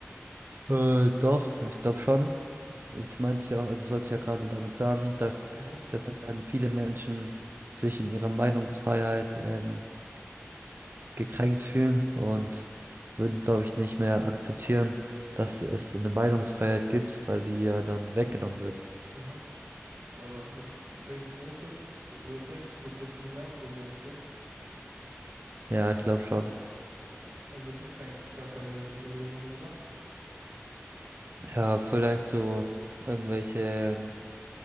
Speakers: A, on the right; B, on the right.
A: Äh, doch, ich glaube schon. Das meinte ich ja, also das wollte ich ja gerade damit sagen, dass
B: Mhm,
A: ich glaube, dann werden viele Menschen sich in ihrer Meinungsfreiheit ähm, gekränkt fühlen und würden, glaube ich, nicht mehr akzeptieren, dass es so eine Meinungsfreiheit gibt, weil die ja dann weggenommen wird.
B: mhm. Aber das denkst du nicht, dass es zu, oder denkst du, das wird zu mehr Problemen führen?
A: Ja, ich glaube schon.
B: Also gibt es eigentlich gar keine richtige Lösung, oder?
A: Ja, vielleicht so irgendwelche